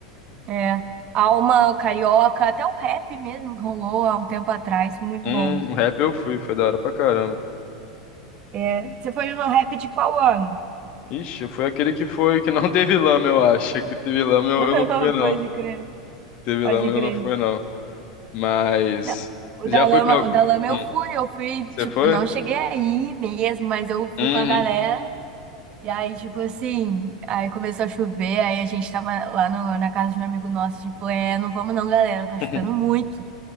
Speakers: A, on the right (about 40°); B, on the left (about 45°).
A: É, Alma, o Carioca, até o rap mesmo rolou há um tempo atrás. Muito
B: Hum,
A: bom.
B: o rap eu fui, foi da hora pra caramba.
A: É, você foi no rap de qual ano?
B: Ixi, eu fui aquele que foi, que não <laughs> teve lama, eu acho. Que teve lama eu,
A: <laughs>
B: eu não fui, não.
A: Pode crer,
B: Teve
A: pode
B: lama eu
A: crer.
B: não fui, não. Mas
A: Não, o
B: já
A: da
B: fui
A: lama,
B: pra.
A: o da lama eu
B: Hum,
A: fui, eu fui,
B: você
A: tipo,
B: foi?
A: não cheguei aí mesmo, mas eu
B: Uhum.
A: fui com a galera. E aí, tipo assim, aí começou a chover, aí a gente tava lá no- na casa de um amigo nosso, a gente falou, é, não vamos não, galera, tá
B: <laughs>
A: chovendo muito.